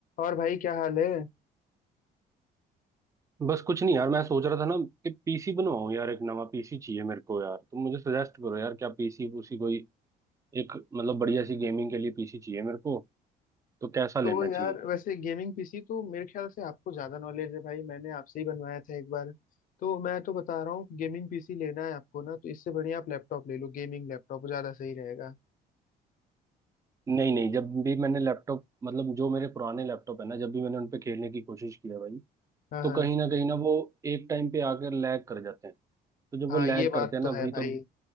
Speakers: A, on the left (about 55°); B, on the right (about 20°).
A: और भाई क्या हाल है
B: बस कुछ नहीं यार मैं सोच रहा था ना कि पीसी बनवाऊं यार एक नवा पीसी चाहिए मेरे को यार तुम मुझे सजेस्ट करो यार क्या पीसी उसी कोई एक मतलब बढ़िया सी गेमिंग के लिए पीसी चाहिए मेरे को तो कैसा लेना
A: तो यार
B: चाहिए
A: वैसे गेमिंग पीसी तो मेरे ख्याल से आपको ज्यादा नॉलेज है भाई मैंने आपसे ही बनवाया था एक बार तो मैं तो बता रहा हूँ गेमिंग पीसी लेना है आपको ना तो इससे बढ़िया आप लैपटॉप ले लो गेमिंग लैपटॉप ज्यादा सही रहेगा
B: नहीं नहीं जब भी मैंने लैपटॉप मतलब जो मेरे पुराने लैपटॉप है ना जब भी मैंने उन पे खेलने की कोशिश की है भाई
A: हाँ
B: तो
A: हाँ
B: कहीं ना कहीं ना वो एक टाइम पे आकर लैग कर जाते हैं तो जब वो
A: हाँ
B: लैग
A: ये बात
B: करते हैं
A: तो
B: ना
A: है
B: भाई
A: भाई
B: तो